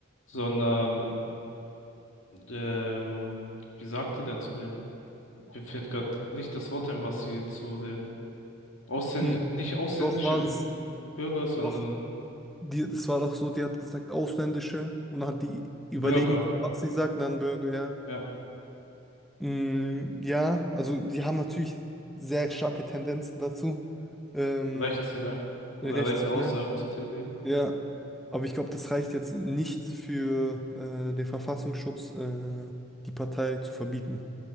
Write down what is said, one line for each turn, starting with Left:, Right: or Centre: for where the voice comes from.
Left: sondern, ähm, wie sagt die denn zu denen? Mir fällt gerade nicht das Wort ein, was sie zu den ausländischen,
Centre: Mhm.
Left: nicht ausländischen
Centre: doch war es,
Left: Bürger, sondern
Centre: doch, die, das war doch so, die hat gesagt, Ausländische und dann hat die überlegen,
Left: Bürger,
Centre: was sie sagt, und dann Bürger, ja.
Left: ja,
Centre: Mm, ja, also die haben natürlich sehr starke Tendenzen dazu, ähm,
Left: recht zu sein oder
Centre: recht
Left: rechte
Centre: zu sein.
Left: Aussagen zu tätigen.
Centre: Ja, aber ich glaube, das reicht jetzt nicht für äh, den Verfassungsschutz, äh, die Partei zu verbieten.